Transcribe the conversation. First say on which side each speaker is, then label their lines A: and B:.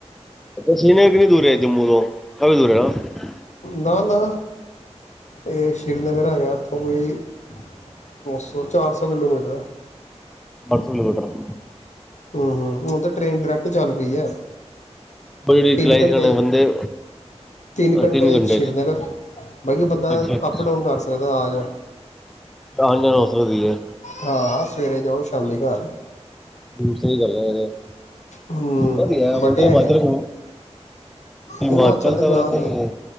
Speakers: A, in the centre; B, on the left.
A: ਸ਼ੀਨਗਰ ਕਿੰਨੀ ਦੂਰ ਹੈ ਜੰਮੂ ਤੋਂ? ਕਾਵੀ ਦੂਰ ਹੈ, ਨਾ।
B: ਨਾ-ਨਾ ਇਹ ਸ਼੍ਰੀਨਗਰ ਹੈਗਾ, ਇੱਥੋਂ ਕੋਈ ਦੋ ਸੌ, ਚਾਰ ਸੌ ਕਿਲੋਮੀਟਰ ਐ।
A: <inaudible>
B: ਹੁਣ ਤਾਂ, ਟ੍ਰੇਨ ਡਾਇਰੈਕਟ ਚੱਲ ਪਈ ਹੈ।
A: ਉਹ ਜਿਹੜੀ ਚਲਾਈ
B: ਤਿੰਨ ਘੰਟੇ-ਤਿੰਨ
A: ਸੀ ਇਹਨਾਂ ਨੇ ਬੰਦੇ
B: ਘੰਟੇ
A: ਤਿੰਨ
B: ਸ੍ਰੀਨਗਰ,
A: ਚ
B: ਬਾਤਬ ਬੰਦਾ
A: ਅੱਛਾ ਅੱਛਾ
B: ਅੱਪ- ਡਾਊਨ ਕਰ ਸਕਦਾ, ਆ ਜਾ
A: ਆਣ ਜਾਣ ਹੋ ਸਕਦੀ ਹੈ
B: ਹਾਂ-ਸਵੇਰੇ ਜਾਓ, ਸ਼ਾਮੀ ਘਰ
A: ਹੂੰ, ਸਹੀ ਗੱਲ ਐ, ਤੇ
B: ਹੂੰ
A: ਵਧੀਆ।
B: ਬਟੇ
A: ਤਾਂ ਹਿਮਾਚਲ-
B: ਹੈਗੇ
A: ਹਿਮਚਲ
B: ਹਿਮਾਚਲ ਤੇ
A: ਤਾਂ
B: ਜਾਣ
A: ਵੈਸ ਹੀ